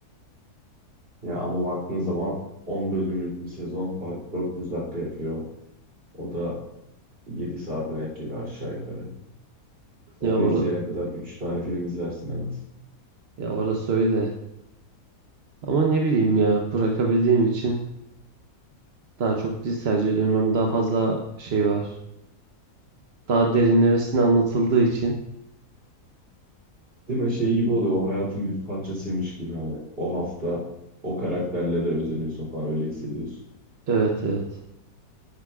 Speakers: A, on the right; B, on the right.
A: Ya ama baktığın zaman 10 bölümlük bir sezon bak- 400 dakika yapıyor. O da 7 saate denk geliyor aşağı yukarı. Onu
B: Ya, ora,
A: izleyene kadar 3 tane film izlersin en az.
B: ya orası öyle. Ama ne bileyim ya bırakabildiğim için daha çok dizi tercih ediyorum. Hem daha fazla şey var. Daha derinlemesine anlatıldığı için.
A: Değil mi? Şey gibi oluyor. O hayatın bir parçasıymış gibi hani. O hafta o karakterlere özeniyorsun falan öyle hissediyorsun.
B: Evet evet.